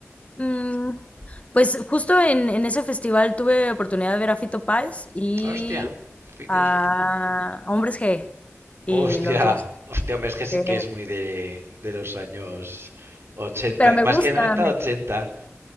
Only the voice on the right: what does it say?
Hostia, 50,
50,
Hostia,
hostia, hombre, es que sí
que es muy de, de los años 80,
más
que 90
ochenta,